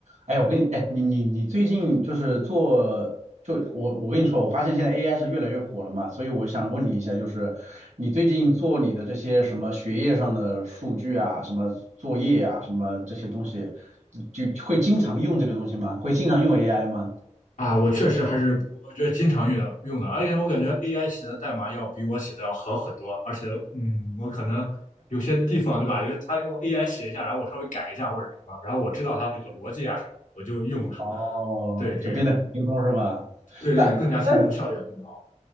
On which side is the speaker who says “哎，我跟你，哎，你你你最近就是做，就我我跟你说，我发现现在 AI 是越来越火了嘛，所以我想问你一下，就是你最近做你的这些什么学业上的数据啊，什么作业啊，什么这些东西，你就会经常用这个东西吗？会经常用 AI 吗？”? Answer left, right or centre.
Right